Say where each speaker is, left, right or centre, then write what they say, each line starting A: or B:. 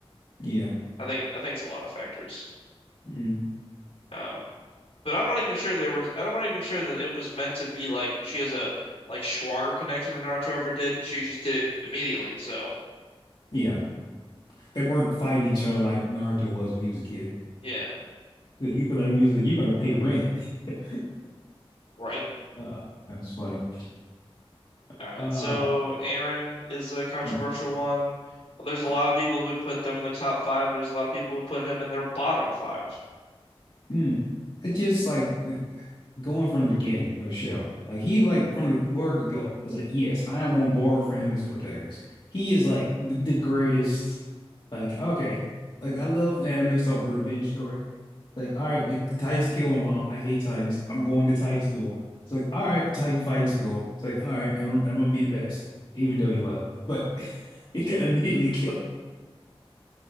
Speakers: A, on the left; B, on the left.
A: Yeah.
B: I think I think it's a lot of factors.
A: Mm.
B: Um, But I'm not even sure there was. I'm not even sure that it was meant to be like she has a like stronger connection than Naruto ever did. She just did it immediately. So
A: Yeah. They weren't fighting each other like Naruto was when he was a kid.
B: yeah,
A: You like when he's like, you're gonna pay rent. <laughs>
B: right.
A: Uh, that was funny. <laughs>
B: All right.
A: Uh,
B: So Aaron is a controversial
A: y-
B: one. There's a
A: I,
B: lot of people who would put them in the top five. There's a lot of people who would put him in their bottom five.
A: hmm, it's just like going from the beginning of the show. Like he like from the word go was like, yes, I am on board for him as a protagonist. He is like the greatest. Like okay, like I love when anime start with a revenge story. Like all right, the Titans kill my mom. I hate Titans. I'm going to Titan school. It's like all right, Titan fighting school. It's like all right, and I'm, and I'm gonna be the best, even though he wasn't. But <laughs> he got immediately killed.